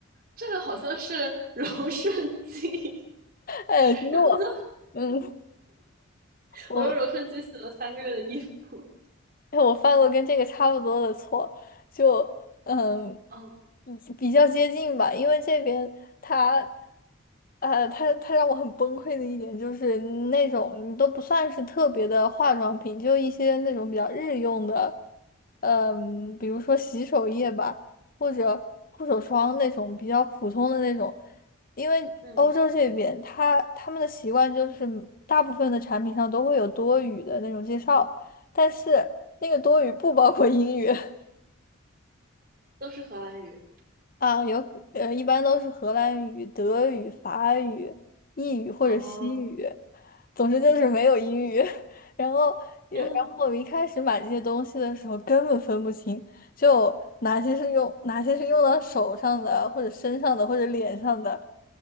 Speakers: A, on the right (about 45°); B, on the left (about 40°).
A: 这个好像是柔顺剂。<laughs>
B: 哎，其实我，
A: 然后就
B: 嗯，我。
A: 我用柔顺剂洗了三个月的衣服，
B: 哎，我犯过跟这个差不多的错，就嗯，
A: <laughs> 嗯
B: 嗯比较接近吧，因为这边他，呃，他他让我很崩溃的一点就是那种你都不算是特别的化妆品，就一些那种比较日用的，嗯，比如说洗手液吧，或者护手霜那种比较普通的那种，因为欧洲这边他他们的习惯就是大部分的产品上都会有多余的那种介绍。
A: 嗯，
B: 但是那个多语不包括英语 <laughs>
A: 都是荷兰语。
B: 啊，有呃，一般都是荷兰语、德语、法语、意语或者西语，
A: 哦，
B: 总之就是没有英语。<laughs> 然后也，
A: 天啊，
B: 然后我一开始买这些东西的时候根本分不清，就哪些是用哪些是用到手上的，或者身上的，或者脸上的，